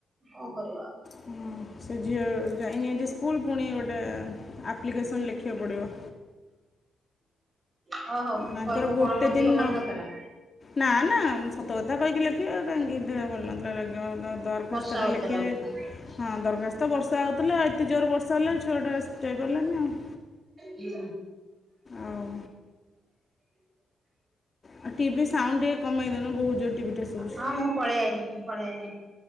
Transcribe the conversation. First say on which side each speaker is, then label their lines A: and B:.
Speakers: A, on the right; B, on the left.
A: କଣ କରିବା ଆଉ।
B: ହୁଁ। ସେ ଝିଅ ଯାଇନି ଆଜି ସ୍କୁଲ୍। ପୁଣି ଗୋଟେ ଆପ୍ଲିକେସନ୍ ଲେଖିବାକୁ ପଡ଼ିବ।
A: ହୋଉ, ହୋଉ
B: ତାଙ୍କର
A: କହିବୁ
B: ଗୋଟେ
A: କଣ ମୋ
B: ଦିନ
A: ଧିଅ ଭଲ
B: ନ
A: ନଥିଲା।
B: ନା ନା, ସତକଥା କହିକି ଲେଖିବି। କାହିଁକି ଦେହ ଭଲ ନଥିଲା ଲେଖିବି। ଦରଖାସ୍ତ
A: ବର୍ଷା ହଉଥିଲା
B: ଟେ ଲେଖିବେ।
A: ବୋଲି।
B: ହଁ ଦରଖାସ୍ତ ତ ବର୍ଷା ହେଉଥିଲା, ଆଉ ଏତେ ଜୋରେ ବର୍ଷା ହେଲା ଛୁଆଟା ଯାଇପାରିଲାନି ଆଉ।
A: ହୁଁ, ହୁଁ- <unintelligible>
B: ଆଉ ଆଉ ଟିଭି ସାଉଣ୍ଡ ଟିକେ କମେଇ ଦେଉନ ବହୁତ ଜୋର ଟିଭିଟା ଶୁଭୁଛି
A: ହଁ ମୁଁ ପଳେଇ ଆଇଲିଣିି। ପଳେଇ ଆଇଲିଣି,